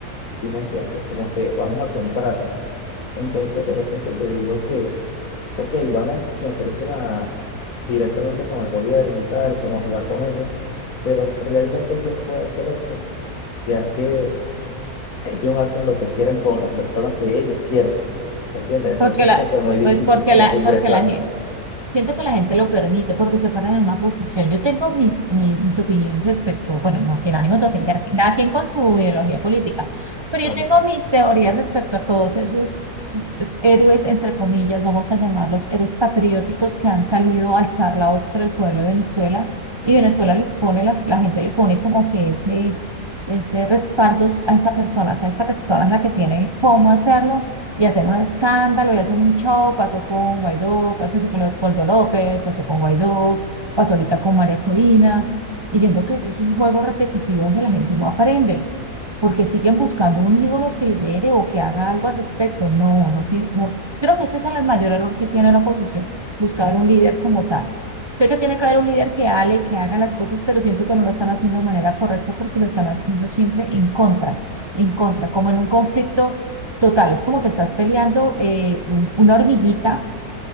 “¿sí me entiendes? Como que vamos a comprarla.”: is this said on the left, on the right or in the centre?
Left